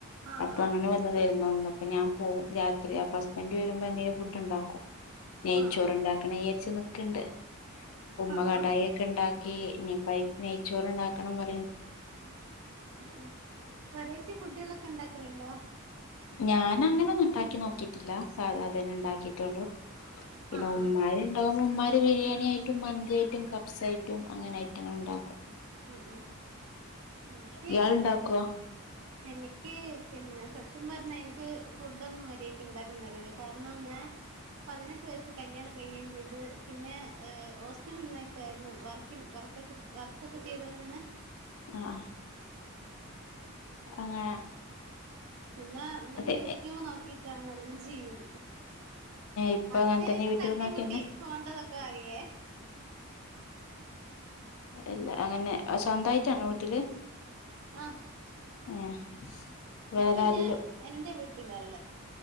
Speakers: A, on the right; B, on the left.
A: ആ
B: അപ്പൊ
A: ആ
B: അങ്ങനെ വന്നതെർന്നു ഇന്ന് പ്പ ഞാൻ പോകും രാത്രി അപ്പ ഹസ്ബൻഡ് വരുമ്പോ എന്തേലും ഫുഡ്ണ്ടാക്കും നെയ്ച്ചോറ്
A: ആ ആ
B: ഉണ്ടാക്കണം വിചാരിച് നിക്ക്ണ്ട് ഉമ്മ
A: ആ
B: കടായി
A: ആ
B: ഒക്കെ ഉണ്ടാക്കി ഇനിപ്പയ്ക്ക് നെയ്ച്ചോറ് ഉണ്ടാക്കണം പ
A: ഉം വെറൈറ്റി ഫുഡുകളൊക്കെ ഉണ്ടാക്കലുണ്ടോ
B: ഞാൻ അങ്ങനെ ഒന്നും ഉണ്ടാക്കി നോക്കിട്ടില്ല സാധാ ന്നെ ഉണ്ടാക്കിയിട്ടുള്ളൂ പിന്നെ
A: ആ ആ
B: ഉമ്മാര് ഉണ്ടാകുമ്പോ ഉമ്മാര് ബിരിയാണി ആയിട്ടും മന്തിയായിട്ടും കപ്സായിട്ടും അങ്ങനെ ഐറ്റങ്ങൾ ഉണ്ടാക്കും
A: ഉ ഉം എനിക്ക്
B: ഇയാൾ ഉണ്ടാക്കോ
A: എനിക്ക് പിന്നെ സത് ത്യം പറഞ്ഞ എനിക്ക് ഫുഡ്ഡൊന്നും മര്യാക്ക് ഉണ്ടാക്കാൻ അറിയില്ല കാരണം ഞാൻ പതിനെട്ട് വയസ്സ് കല്യാണം കഴിയേംചെയ്തു പിന്നെ ഏ ഹോസ്റ്റലിനിന്നിട്ടായിരുന്നു വർക്കിൻ വർ വർക്കൊക്കെ ചെയ്തോണ്ടിന്നെ
B: അ അ അങ്ങനെ
A: പിന്നെ ഞാൻ
B: അതെ
A: യൂട്യൂബ് നോക്കിട്ടാണ് എല്ലാം ചെയ്യുന്നത്
B: ഇപ്പൊ
A: അത്യാവശ്യം
B: അങ്ങനെ തന്നെ യൂട്യൂബ്
A: തട്ടി
B: നോക്കിന്നെ
A: മുട്ടി പോണ്ടതൊക്കെ അറിയേ <inaudible>
B: എല്ല അങ്ങനെ സ്വന്തായിട്ടാണോ വീട്ടില്
A: ആ
B: ഏഹ് വേറെ
A: ഇപ്പൊ
B: ആരേലും
A: ഞാൻ എന്റെ വീട്ടിലാള്ളെ